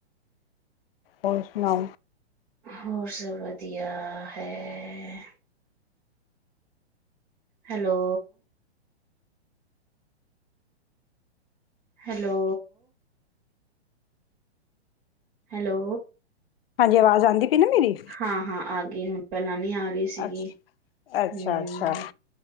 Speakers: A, on the left; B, on the right.
A: ਹੋਰ ਸੁਨਾਓ।
B: ਹੋਰ ਸਭ ਵਦੀਆ ਹੈ। ਹੈਲੋ। ਹੈਲੋ। ਹੈਲੋ।
A: ਹਾਂਜੀ, ਆਵਾਜ਼ ਆਂਦੀ ਪਈ ਨਾ ਮੇਰੀ?
B: ਹਾਂ, ਹਾਂ ਆ ਗੀ ਹੁਨ ਪੈਲਾਂ ਨੀ ਆ ਰੀ ਸੀਗੀ,
A: ਅੱਛਾ ਅੱਛਾ
B: ਹੂੰ।
A: ਅੱਛਾ